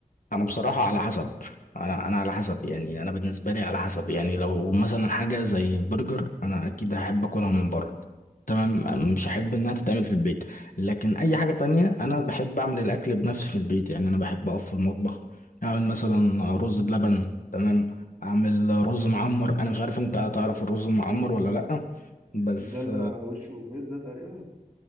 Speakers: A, on the left; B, on the right.
A: انا
B: فانا
A: بصراحه
B: ما
A: على حسب انا انا على حسب يعني
B: <laughs>
A: انا بالنسبه لي على حسب يعني لو مثلا حاجه زي البرجر انا اكيد هحب اكلها من بره تمام مش هحب انها تتعمل في البيت لكن اي حاجه تانية انا بحب اعمل الاكل بنفسي في البيت يعني انا بحب اقف في المطبخ اعمل مثلا
B: م- م-
A: رز بلبن تمام اعمل رز معمر انا مش عارف انت تعرف الرز المعمر ولا لا بس
B: مش ده اللي على وشه بيض ده تقريبا